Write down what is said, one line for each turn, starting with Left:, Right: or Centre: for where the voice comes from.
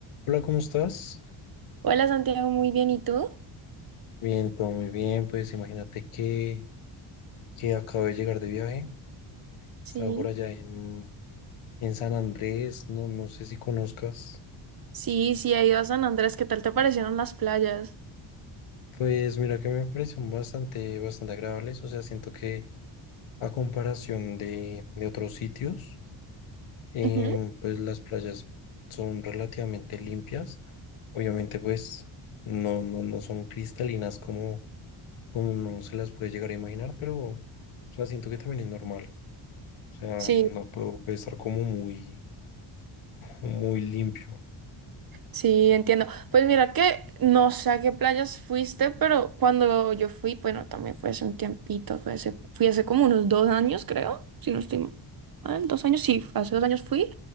Left: Hola, ¿cómo estás?
Right: Hola Santiago, muy bien, ¿y tú?
Left: Bien, todo muy bien. Pues imagínate que, que acabo de llegar de viaje.
Right: Sí.
Left: Estaba por allá en, en San Andrés, no, no sé si conozcas.
Right: Sí, sí, he ido a San Andrés, ¿qué tal te parecieron las playas?
Left: Pues mira que me parecieron bastante, bastante agradables. O sea, siento que a comparación de, de otros sitios, em,
Right: Ujú.
Left: pues las playas son relativamente limpias. Obviamente, pues no, no, no son cristalinas como, como uno se las puede llegar a imaginar, pero o sea, siento que también es normal. O sea,
Right: Sí,
Left: no todo puede estar como muy, muy limpio.
Right: sí, entiendo. Pues mira que no sé a qué playas fuiste, pero cuando yo fui, bueno, también fue hace un tiempito, fue hace, fui hace como unos dos años, creo, si no estoy mal, dos años, sí, hace dos años fui.